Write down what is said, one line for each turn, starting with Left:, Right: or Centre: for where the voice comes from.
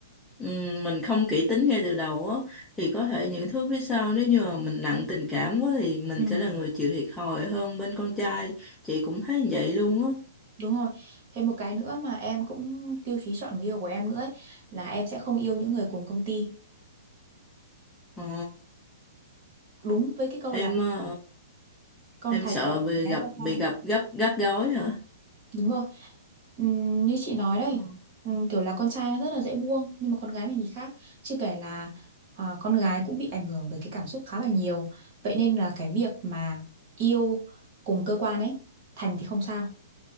Centre: ừm, mình không kỹ tính ngay từ đầu á thì có thể những thứ phía sau nếu như mà mình nặng tình cảm quá thì mình
Right: ừ,
Centre: sẽ là người chịu thiệt thòi hơn bên con trai chị cũng thấy vậy luôn á
Right: đúng rồi thêm một cái nữa mà em cũng tiêu chí chọn người yêu của em nữa ấy, là em sẽ không yêu những người cùng công ty
Centre: Ờ
Right: đúng với cái câu
Centre: em
Right: là
Centre: ờ,
Right: con
Centre: em
Right: thạch
Centre: sợ
Right: vợ
Centre: bị
Right: bạn gái
Centre: gặp
Right: cơ quan
Centre: bị gặp gấp gắt gối hả
Right: Đúng rồi. Ừm, như chị nói đây,
Centre: Ừ.
Right: ừm, kiểu là con trai nó rất là dễ buông, nhưng mà con gái mình thì khác. Chưa kể là à, con gái cũng bị ảnh hưởng bởi cái cảm xúc khá là nhiều. Vậy nên là cái việc mà yêu cùng cơ quan ấy, thành thì không sao